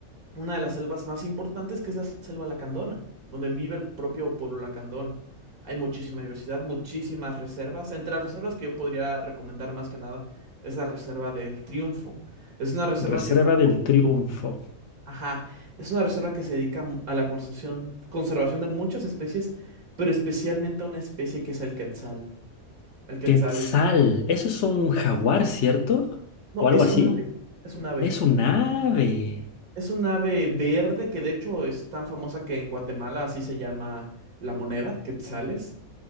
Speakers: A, on the right (about 80°); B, on the left (about 60°).
A: una de las selvas más importantes, que es la selva lacandona, donde vive el propio pueblo lacandón. Hay muchísima diversidad, muchísimas reservas. Entre las reservas que yo podría recomendar más que nada es la reserva del Triunfo. Es una reserva
B: Reserva
A: que está
B: del
A: por...
B: Triunfo.
A: Ajá, es una reserva que se dedica mu- a la conservación, conservación de muchas especies, pero especialmente a una especie que es el quetzal. El quetzal
B: Quetzal,
A: es...
B: eso es un jaguar, ¿cierto?
A: No,
B: ¿O algo
A: es
B: así?
A: un ave, es un ave.
B: Es un ave.
A: Es un ave verde que de hecho es tan famosa que en Guatemala así se llama la moneda, quetzales.